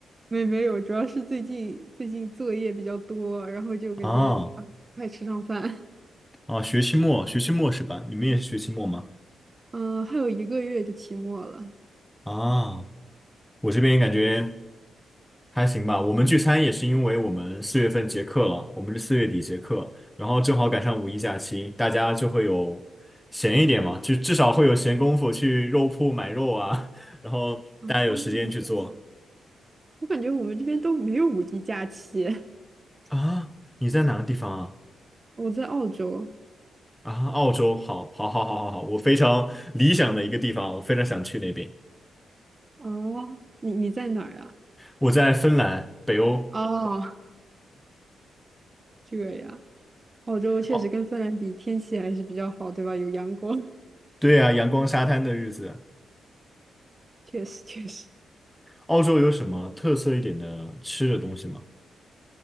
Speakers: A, on the right; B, in the centre.
A: 没没有，主要是最近最近作业比较多，然后就感觉啊，
B: <laughs> 啊
A: 快吃上饭。
B: 啊，学期末学期末是吧？你们也是学期末吗？
A: <laughs> 嗯，还有一个月就期末了。啊，
B: 啊，我这边感觉。还行吧，我们聚餐也是因为我们四月份结课了，我们是四月底结课，然后正好赶上五一假期，大家就会有闲一点嘛，就至少会有闲工夫去肉铺买肉啊，<laughs> 然后大家有时间去做
A: 这样我感觉我们这边都没有五一假期。<laughs>
B: 啊。你在哪个地方啊？
A: 我在澳洲。
B: 啊，澳洲，好，好，好，好，好，好，我非常理想的一个地方，我非常想去那边。
A: 啊，你你在哪儿啊？
B: 我在芬兰，北欧。
A: 哦，这样，澳洲确实跟芬兰比，
B: 哦，
A: 天气还是比较好，对吧？有阳光，
B: 对啊，阳光沙滩的日子。
A: <laughs> 确实确实。
B: 澳洲有什么特色一点的吃的东西吗？